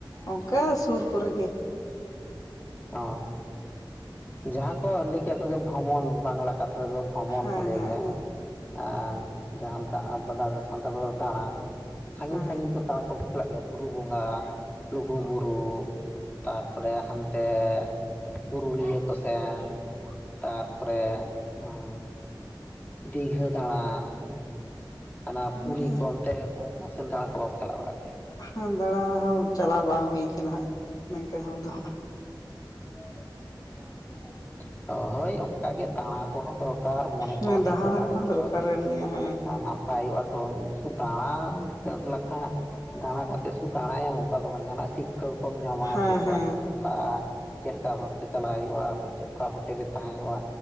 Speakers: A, on the left (about 50°); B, on the left (about 25°).
A: ᱚᱝᱠᱟ ᱥᱩᱨ ᱠᱚᱨᱮ ᱜᱮ᱾
B: ᱦᱚᱸ, ᱡᱟᱦᱟᱸ ᱠᱚ ᱞᱟᱹᱭ ᱠᱮᱫ ᱠᱚ ᱡᱮ ᱵᱷᱨᱚᱢᱚᱱ ᱵᱟᱝᱞᱟ ᱠᱟᱛᱷᱟ ᱛᱮᱫᱚ᱾ ᱵᱷᱚᱢᱚᱱ
A: ᱦᱮᱸ
B: ᱠᱚ ᱞᱟᱹᱭ
A: ᱦᱮᱸ
B: ᱜᱮᱭᱟ ᱟᱨ ᱡᱟᱦᱟᱸ ᱫᱟ ᱟᱵᱚ ᱫᱟ ᱥᱟᱱᱛᱟᱲ ᱛᱮᱫᱚ ᱫᱟᱬᱟᱱ᱾ ᱥᱟᱺᱜᱤᱧ
A: ᱦᱮᱸ
B: ᱥᱟᱺᱜᱤᱧ ᱠᱚ ᱫᱟᱬᱟ ᱠᱚ ᱪᱟᱞᱟᱜ ᱜᱮᱭᱟ ᱵᱩᱨᱩ ᱵᱚᱸᱜᱟ, ᱞᱩᱜᱩᱵᱩᱨᱩ, ᱛᱟᱨᱯᱚᱨᱮ ᱦᱟᱱᱛᱮ ᱯᱩᱨᱩᱞᱤᱭᱟᱹ ᱠᱚ ᱥᱮᱱ᱾ ᱛᱟᱨᱯᱚᱨᱮ ᱩᱸ ᱫᱤᱜᱷᱟᱹ ᱫᱟᱬᱟᱱ, ᱦᱟᱱᱟ
A: ᱦᱮᱸ
B: ᱯᱩᱨᱤ ᱠᱚ ᱚᱱᱛᱮ ᱚᱱᱠᱟ ᱥᱮᱱ ᱫᱟᱬᱟ ᱠᱚ ᱵᱟᱯᱮ ᱪᱟᱞᱟᱣ ᱵᱟᱲᱟᱜ ᱜᱮᱭᱟ?
A: ᱦᱩᱸ, ᱫᱟᱬᱟ ᱦᱚᱸ ᱪᱟᱞᱟᱣ ᱵᱟᱝ ᱦᱩᱭ ᱠᱟᱱᱟ ᱦᱟᱸᱜ ᱱᱤᱝᱠᱟᱹ ᱦᱚᱲ ᱫᱚ ᱦᱟᱸᱜ᱾
B: <inaudible> ᱦᱳᱭ ᱚᱝᱠᱟᱜᱮ ᱫᱟᱬᱟ ᱠᱚ ᱦᱚᱸ ᱫᱚᱨᱠᱟᱨ ᱢᱚᱱᱮ
A: ᱦᱟᱸᱜ
B: ᱠᱚ ᱦᱚᱸ
A: ᱫᱟᱬᱟ
B: ᱴᱷᱤᱠᱟᱹ ᱨᱟᱲᱮᱡᱚᱜᱼᱟ᱾
A: ᱠᱚ ᱫᱚᱨᱠᱟᱨ ᱠᱟᱱ ᱜᱮᱭᱟ ᱦᱮᱸ
B: ᱟᱨ ᱱᱟᱯᱟᱭᱚᱜᱼᱟ ᱛᱚᱢ ᱥᱩ ᱫᱟᱬᱟᱱ ᱞᱮᱠᱷᱟ ᱫᱟᱬᱟ ᱠᱟᱛᱮ ᱥᱩ ᱫᱟᱬᱟᱭᱟᱢ ᱚᱝᱠᱟ ᱫᱚ ᱵᱟᱝ, ᱡᱟᱸᱦᱟᱱᱟᱜ ᱥᱤᱠ ᱴᱷᱟᱹᱣᱠᱟᱹᱢ ᱧᱟᱢᱟ
A: ᱦᱮᱸ
B: ᱪᱮᱫ
A: ᱦᱮᱸ
B: ᱵᱟᱥ ᱛᱮᱢ ᱪᱟᱞᱟᱜᱼᱟ, ᱪᱮᱫ ᱞᱮᱠᱟ ᱵᱷᱟᱵᱛᱮ ᱪᱟᱞᱟᱜ ᱦᱩᱭᱩᱜᱼᱟ, ᱪᱮᱫᱠᱟ ᱦᱳᱴᱮᱞ ᱨᱮ ᱛᱟᱦᱮᱸ ᱦᱩᱭᱩᱜ-ᱟ